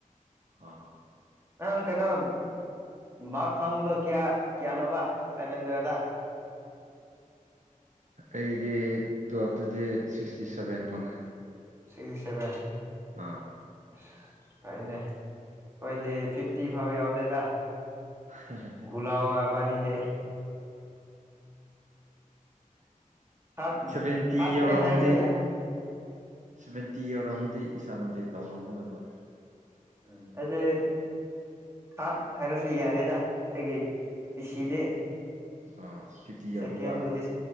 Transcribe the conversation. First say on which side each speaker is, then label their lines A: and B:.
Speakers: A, on the right (about 60°); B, on the right (about 20°).
A: ꯑꯥ
B: ꯅꯪ ꯀꯩꯅꯣ ꯃꯥꯔꯛ ꯐꯪꯕꯗꯣ ꯀꯌꯥ ꯀꯌꯥꯅꯣꯕ ꯏꯂꯚꯦꯟ ꯇꯨꯋꯦꯜꯇ
A: ꯑꯩꯗꯤ ꯇꯨꯋꯦꯜꯞꯇꯗꯤ ꯁꯤꯛꯁꯇꯤ ꯁꯚꯦꯟ ꯐꯪꯉꯦ
B: ꯁꯤꯛꯁꯇ ꯁꯦꯚꯦꯟ
A: ꯑꯥ
B: ꯑꯁ ꯐꯩꯅꯦ ꯑꯩꯈꯣꯏꯗꯤ ꯐꯤꯐꯇꯤ ꯐꯥꯎ ꯌꯧꯗꯦꯗ
A: ꯍꯦ ꯍꯦ
B: ꯂꯣꯒ ꯏꯕꯥꯅꯤꯗꯤ ꯊꯥꯔꯠ
A: ꯁꯚꯦꯟꯇꯤ
B: ꯊꯥꯔꯠꯅꯦ
A: ꯌꯧꯔꯝꯃꯗꯤ
B: ꯍꯥꯏꯔꯁꯨ ꯌꯥꯏ
A: ꯁꯕꯦꯟꯇꯤ ꯌꯧꯔꯝꯃꯗꯤ ꯏꯁꯥꯟ ꯎꯗꯦ ꯇꯧꯔꯝꯒꯗꯧꯕ꯫
B: ꯎꯝ ꯑꯩꯗꯤ ꯊꯥꯔꯠ ꯍꯥꯏꯔꯁꯨ ꯌꯥꯔꯦꯗ ꯑꯩꯒꯤ ꯄꯤꯁꯤꯗꯤ꯫
A: ꯑꯥ ꯐꯤꯐꯇꯤ ꯌꯧꯗꯕ
B: ꯁꯦꯀꯦꯟꯕꯨꯗꯤ